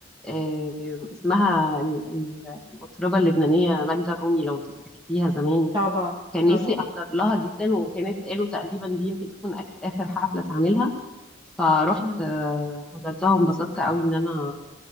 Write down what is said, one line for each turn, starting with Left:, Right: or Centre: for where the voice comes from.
Centre: آه، اسمها ال- ال- المطربة اللبنانية ماجدة الرومي لو تفتكريها زمان
Right: طبعا
Centre: كان
Right: طبعا
Centre: نفسي احضر لها جدا وكانت قالوا تقريبا دي يمكن تكون آخ- اخر حفله تعملها فروحت
Right: مم.
Centre: آه، حضرتها وانبسطت قوي ان انا